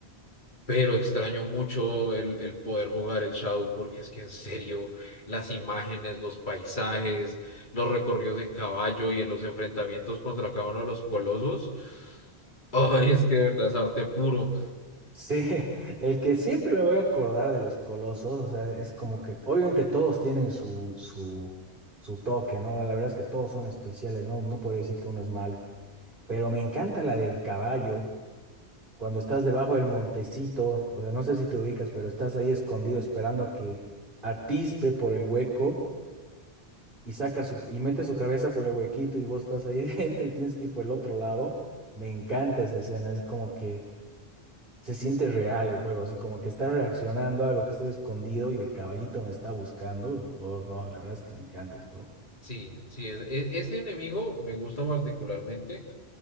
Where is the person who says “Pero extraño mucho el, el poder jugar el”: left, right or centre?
Left